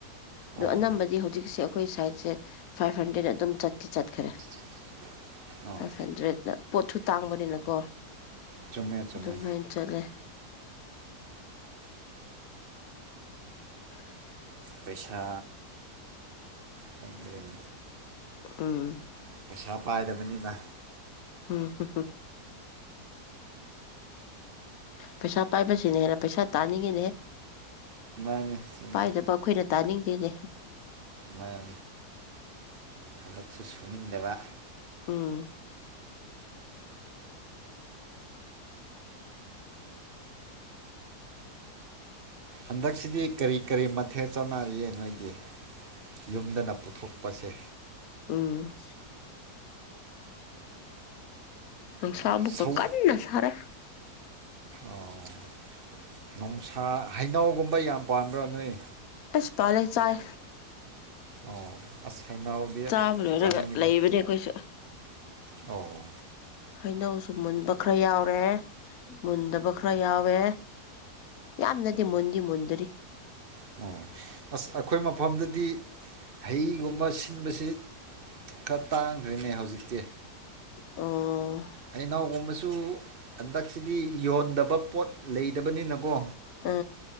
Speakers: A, on the left; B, on the right.
A: ꯑꯗ
B: ꯑꯣ
A: ꯑꯅꯝꯕꯗꯤ
B: ꯑꯣ
A: ꯍꯧꯖꯤꯛꯁꯦ ꯑꯩꯈꯣꯏ ꯁꯥꯏꯠꯁꯦ ꯐꯥꯏꯚ ꯍꯟꯗ꯭ꯔꯦꯠ ꯑꯗꯨꯝ ꯆꯠꯇꯤ ꯆꯠꯈ꯭ꯔꯦ
B: <unintelligible> <inaudible> ꯑꯣ
A: ꯐꯥꯏꯚ ꯍꯟꯗ꯭ꯔꯦꯠ ꯄꯣꯊ ꯇꯥꯡꯕꯅꯤꯅꯀꯣ
B: ꯆꯨꯝꯃꯦ ꯆꯨꯝꯃꯦ
A: ꯑꯗꯨꯃꯥꯏꯅ ꯆꯠꯂꯦ <unintelligible> <inaudible>
B: ꯄꯩꯁꯥ ꯈꯪꯅꯤ
A: ꯎꯝ
B: ꯄꯩꯁꯥ ꯄꯥꯏꯗꯕꯅꯤꯅ
A: ꯎꯝ ꯍ ꯄꯩꯁꯥ ꯄꯥꯏꯕꯁꯤꯅꯦ ꯍꯦꯟꯅ ꯄꯩꯁꯥ ꯇꯥꯅꯤꯡꯉꯤꯅꯦꯍ
B: ꯃꯥꯅꯤ ꯆꯨꯝꯃꯤ
A: ꯄꯥꯏꯗꯕ ꯑꯩꯈꯣꯏꯅ ꯇꯥꯅꯤꯡꯗꯦꯅꯦ
B: ꯃꯥ ꯊꯕꯛꯁꯨ ꯁꯨꯅꯤꯡꯗꯕ
A: ꯎꯝ
B: ꯑꯟꯗꯁꯤꯗꯤ ꯀꯔꯤ ꯀꯔꯤ ꯃꯊꯦꯜ ꯆꯠꯅꯔꯤꯌꯦ ꯅꯣꯏꯗꯤ ꯌꯨꯝꯗꯅ ꯄꯨꯊꯣꯛꯄꯁꯦ
A: ꯑꯝ ꯁꯕꯨ
B: ꯁꯧ
A: ꯀ ꯀꯟꯅ ꯁꯔꯦ
B: ꯑꯣ ꯅꯨꯡꯁꯥ ꯍꯩꯅꯧꯒꯨꯝꯕ ꯌꯥꯝ ꯄꯥꯝꯕ꯭ꯔꯥ ꯅꯣꯏ
A: ꯑꯁ ꯄꯂꯦ ꯆꯥꯏ
B: ꯑꯣ ꯑꯁ ꯍꯩꯅꯧꯗꯤ
A: ꯆꯥꯕ ꯂꯣꯏꯔꯒ
B: ꯆꯥꯅꯤꯡꯉꯤꯅꯦ
A: ꯂꯩꯕꯅꯦ ꯑꯩꯈꯣꯏꯁꯨ
B: ꯑꯣ
A: ꯍꯩꯅꯧꯁꯨ ꯃꯨꯟꯕ ꯈꯔ ꯌꯥꯎꯔꯦ ꯃꯨꯟꯗꯕ ꯈꯔ ꯌꯥꯎꯋꯦ ꯌꯥꯝꯅꯗꯤ ꯃꯨꯟꯗꯤ ꯃꯨꯟꯗꯔꯤ
B: ꯑꯣ ꯑꯁ ꯑꯩꯈꯣꯏ ꯃꯐꯝꯗꯗꯤ ꯍꯩꯒꯨꯝꯕ ꯁꯤꯟꯕꯁꯤ ꯈꯔ ꯇꯥꯡꯈ꯭ꯔꯦꯅꯦ ꯍꯧꯖꯤꯛꯇꯤ
A: ꯑꯣ
B: ꯑꯩ ꯏꯅꯥꯎꯒꯨꯝꯕꯁꯨ ꯍꯟꯗꯛꯁꯤꯗꯤ ꯌꯣꯟꯗꯕ ꯄꯣꯠ ꯂꯩꯇꯕꯅꯤꯅꯀꯣ
A: ꯑ